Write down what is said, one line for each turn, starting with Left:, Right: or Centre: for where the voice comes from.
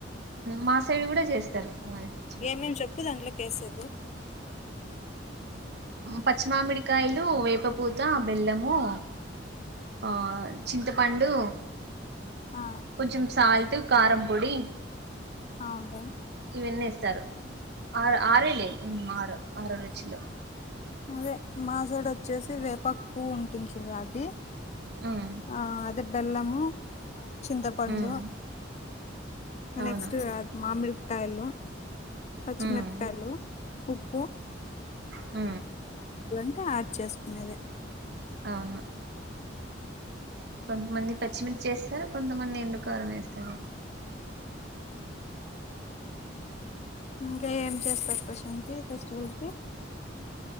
Right: మాసైడి కూడా చేస్తారు ఉగాది పచ్చడి
Left: ఏమేం చెప్పు దాంట్లోకి వేసేది
Right: పచ్చి మామిడికాయలు వేపపూత బెల్లము ఆ చింతపండు
Left: ఆ
Right: కొంచెం సాల్ట్ కారంపొడి
Left: అవుంట
Right: విన్నేస్తారు ఆరు ఆరేలే ఆరు రుచులో
Left: అదే మాసడు వచ్చేసి వేప పూవు ఉంటుంది చూడు అది
Right: ఉమ్
Left: ఆ అది బెల్లమ చింతపండు
Right: ఉమ్ అవును
Left: నెక్స్ట్ అది మామిడికాయలు పచ్చిమిరకాయలు
Right: ఉమ్
Left: ఉప్పు
Right: ఆ
Left: అలంటే యాడ్ చేసుకునేది
Right: అవును కొంతమంది పచ్చిమిర్చి వేస్తారు కొంతమంది ఎండుకారం వేస్తారు
Left: ఇంకా ఏం చేస్తారు ప్రశాంతి ఫెస్టివల్ కి